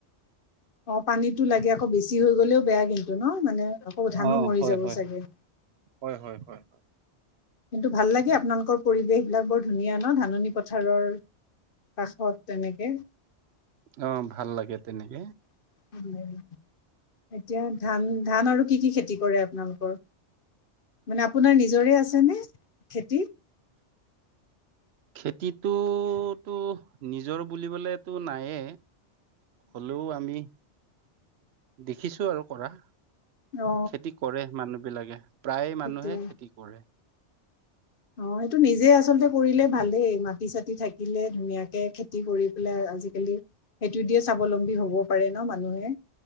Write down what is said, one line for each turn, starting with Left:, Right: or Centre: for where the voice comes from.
Left: অ পানীতো লাগে আকৌ বেছি হৈ গ'লেও বেয়া কিন্তু। নহ মানে আকৌ ধানো
Right: অ
Left: মৰি
Right: হয়
Left: যাব
Right: হয়
Left: চাগে।
Right: হয় হয় হয়।
Left: কিন্তু ভাল লাগে আপোনালোকৰ পৰিৱেশ বিলাক বৰ ধুনীয়া ন ধাননি পথাৰৰ কাষত তেনেকে
Right: অ ভাল লাগে তেনেকে
Left: <unintelligible> এতিয়া ধান ধান আৰু কি কি খেতি কৰে আপোনালোকৰ মানে আপোনাৰ নিজৰে আছেনে খেতি
Right: খেতিটোতো নিজৰ বুলিবলেতো নায়ে হলেও আমি দেখিছো আৰু কৰা
Left: অ
Right: খেতি কৰে মানুহ বিলাকে প্ৰায় মানুহে
Left: এতিয়া
Right: খেতি কৰে
Left: অ সেটো নিজে আচলতে কৰিলে ভালেই মাটি চাটি থাকিলে ধুনীয়াকে খেতি কৰি পেলাই আজিকালি সেইটো দিয়ে স্বাৱলম্বী হ'ব পাৰে ন মানুহে